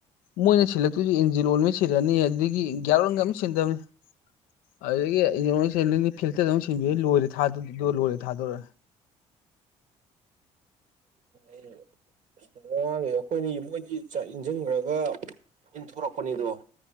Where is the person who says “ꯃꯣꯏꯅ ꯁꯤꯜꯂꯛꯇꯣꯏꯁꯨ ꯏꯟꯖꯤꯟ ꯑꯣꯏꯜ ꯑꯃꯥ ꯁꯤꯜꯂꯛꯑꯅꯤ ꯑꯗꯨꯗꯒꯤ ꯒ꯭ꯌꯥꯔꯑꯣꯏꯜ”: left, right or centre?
Left